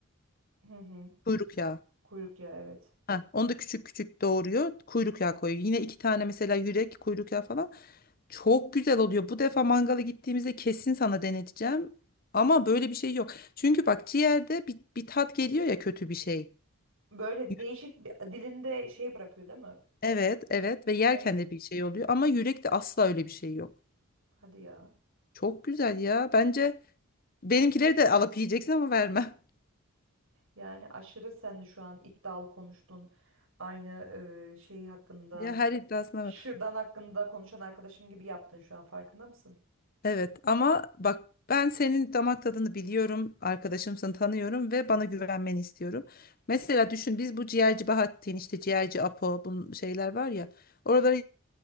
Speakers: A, on the right; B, on the left.
A: Hı hı.
B: kuyruk yağı.
A: Kuyruk ya evet.
B: Ha, onu da küçük küçük doğruyor. Kuyruk yağı koyuyor. Yine iki tane mesela yürek, kuyruk yağı falan. Çok güzel oluyor. Bu defa mangala gittiğimizde kesin sana deneteceğim. Ama böyle bir şey yok. Çünkü bak ciğerde bir, bir tat geliyor ya kötü bir şey.
A: Böyle
B: Yü-
A: değişik bir dilinde şey bırakıyor değil mi?
B: Evet, evet ve yerken
A: On
B: de bir şey oluyor ama yürekte asla öyle bir şey yok.
A: hadi ya.
B: Çok güzel ya. Bence benimkileri de alıp yiyeceksin ama verme.
A: Yani aşırı sen de şu an iddialı konuştun. Aynı e, şey hakkında,
B: <laughs> Ya her iddiasına
A: şırdan hakkında konuşan arkadaşım gibi yaptın şu an farkında mısın?
B: Evet ama bak ben senin damak tadını biliyorum, arkadaşımsın tanıyorum ve bana güvenmeni istiyorum. Mesela düşün biz bu ciğerci Bahattin işte ciğerci Apo bu şeyler var ya oralara